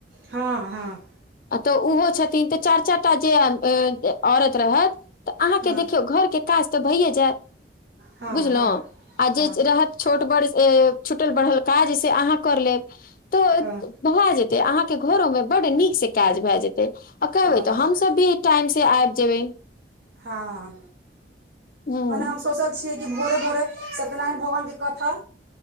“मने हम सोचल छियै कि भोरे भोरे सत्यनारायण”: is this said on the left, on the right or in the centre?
Right